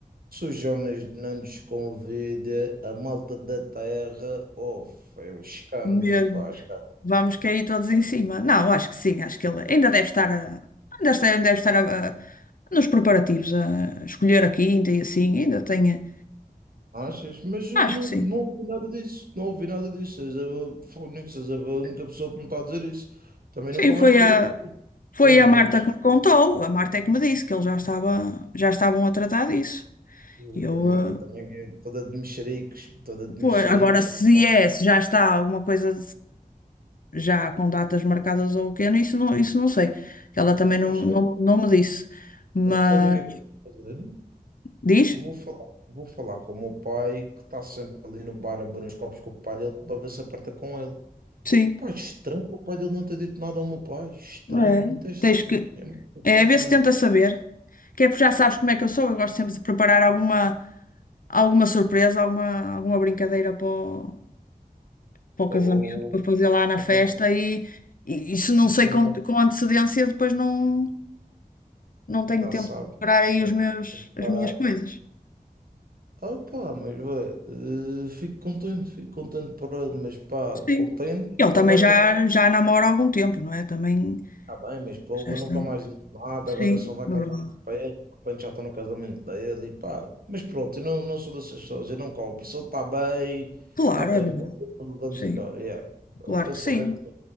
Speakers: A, on the right; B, on the left.
A: Jonas. Se não nos convida, a malta da terra, oh, é um escândalo,
B: mesmo.
A: pá, escândalo.
B: Vamos cair todos em cima. Não, acho que sim, acho que ele ainda deve estar a, ainda está- ainda deve estar a, a- nos preparativos, a escolher a quinta e assim, ainda tem.
A: Achas? Mas eu
B: Acho
A: não,
B: que sim.
A: não ouvi nada disso, não ouvi nada disso. És a, foi és a única pessoa que me está a dizer isso. Também
B: Sim,
A: nunca
B: foi
A: mais perguntei
B: a,
A: por
B: foi
A: quê, mas
B: a Marta que me contou, a Marta é que me disse que eles já estava, já estavam a tratar disso. E
A: e
B: Eu,
A: a Marta
B: eh,
A: também é toda de mexericos, toda de
B: pois
A: mexericos.
B: agora, se
A: já sabe.
B: é, se já está alguma coisa eh, já com datas marcadas ou o quê, isso não, isso não sei. Ela também não,
A: Mas,
B: não, não me disse. Mas
A: Sabes o que é que eu vou fazer?
B: diz?
A: Vou falar, vou falar com o meu pai, que está sempre ali no bar a beber uns copos com o pai dele, para ver se aperta com ele.
B: Sim.
A: Pá, estranho, o pai dele não ter dito nada ao meu pai. Estranho,
B: É.
A: muito estranho.
B: Tens que.
A: É muito estranho
B: É, ver se
A: mesmo.
B: tenta saber. Que é porque já sabes como é que eu sou. Eu gosto sempre de preparar alguma, alguma surpresa, alguma, alguma brincadeira para o, para o casamento,
A: Ou,
B: para fazer lá na
A: ou
B: festa.
A: coisa
B: E, e, e se não
A: tipo,
B: sei com,
A: um bom,
B: com antecedência, depois não, não tenho
A: não
B: tempo
A: sabe.
B: de preparar aí
A: Não,
B: os meus, as
A: Parado.
B: minhas coisas.
A: Ah, pá, mas vê, eh, fico contente, fico contente por ele, mas pá, contente
B: Sim.
A: com
B: Ele também
A: uma beca
B: já, já namora há algum tempo, não é? Também
A: Tá bem, mas porra,
B: já está.
A: nunca mais disse nada,
B: Sim,
A: agora só vai casar
B: é verdade.
A: de repente, de repente já estou no casamento dele e pá. Mas pronto, eu não, não sou dessas pessoas, eu não cobro. Se ele está bem,
B: Claro,
A: está tranquilo,
B: é verdade.
A: vamos
B: Sim,
A: embora. yeah. O
B: claro
A: pensamento,
B: que sim.
A: é,